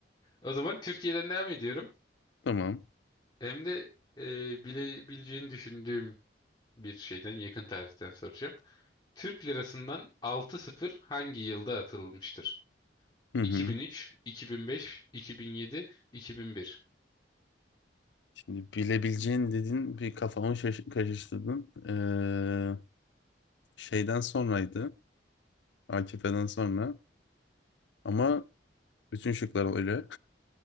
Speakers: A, on the left (about 25°); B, on the left (about 75°).
A: O zaman Türkiye'den devam ediyorum.
B: Tamam.
A: Hem de e, bilebileceğini düşündüğüm bir şeyden yakın tarihten soracağım. Türk lirasından 6-0 hangi yılda atılmıştır?
B: Hı hı.
A: 2003, 2005, 2007, 2001.
B: Şimdi bilebileceğin dedin bir kafamı şaş- karıştırdın. Ee, şeyden sonraydı. AKP'den sonra. Ama bütün şıklar öyle.